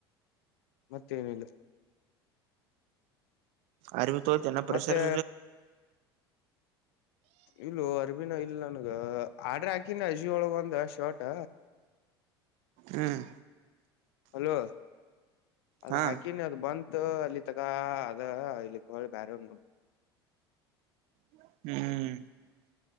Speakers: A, on the left; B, on the right.
A: ಮತ್ತೇನಿಲ್ಲ
B: ಅರಬ ತನ್ನ ಪ್ರೆಸರ್
A: ಮತ್ತೆ ಇಲ್ಲ ಅರ್ಬಿನ ಇ ಇ ನನ್ಗ ಆಡ್ರ ಹಾಕಿನ ಅಜಿ ಒಳಗ ಒಂದ ಶರ್ಟ್
B: ಹ್ಮ್
A: ಅಲೋ ಅದ್
B: ಹಾ
A: ಹಾಕಿನಿ ಅದು ಬಂತ ಅಲ್ಲಿ ತಗ ಅದ ಇಲ್ಲಿ ಕೋಳಿ ಬ್ಯಾರ ನೋ
B: ಹ್ಮ್